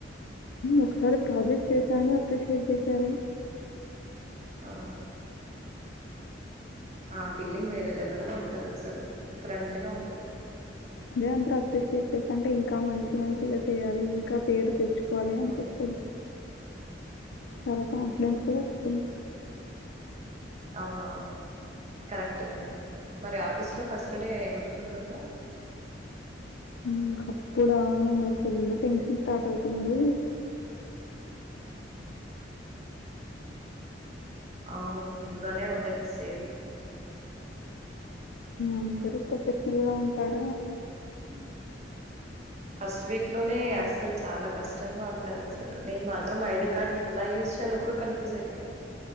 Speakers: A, on the left; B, on the right.
A: ఒకసారి ప్రాజెక్ట్ చేశాను అప్రిషియేట్ చేశారు
B: ఆ ఆ ఫీలింగ్ వేరే లెవెల్ లో ఉంటది అసలు డిఫరెంట్గా ఉంటది
A: అదే అందరు అప్రిషియేట్ చేశ అంటే ఇంకా మంచి మంచిగా చేయాలి ఇంకా పేరు తెచ్ <unintelligible>
B: ఉమ్
A: చాల కాన్ఫిడెన్స్ కూడా వస్తుంది
B: అవున అవును కరెక్ట్ గానే ఉంటుంది మరి ఆఫీస్ లో ఫస్ట్ డే గుర్తుంటుంద
A: ఇంకప్పుడా ఇంకా ఫుల్ టెన్షన్ స్టార్ట్ అవుతుందిమి
B: అవును ఫుల్ గానే ఉంటుంది సేమ్
A: అందరు ప్రొఫెషనల్ గా ఉంటార
B: హు ఫస్ట్ వీక్ లోనే అస్సలు చాలా కష్టంగా ఉంటది అసలు నేను మాత్రం ఐడి కార్డ్ ఎలా యూస్ చేయాలో కూడ కన్ఫ్యూజ్ అయిపోయ